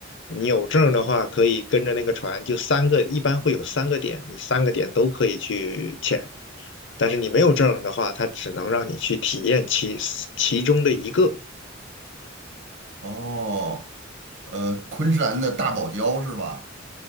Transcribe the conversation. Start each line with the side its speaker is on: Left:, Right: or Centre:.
Left: 你有证儿的话，可以跟着那个船，就三个，一般会有三个点，你三个点都可以去潜。但是你没有证的话，它只能让你去体验其其中的一个。
Right: 哦，呃，昆山的大堡礁是吧？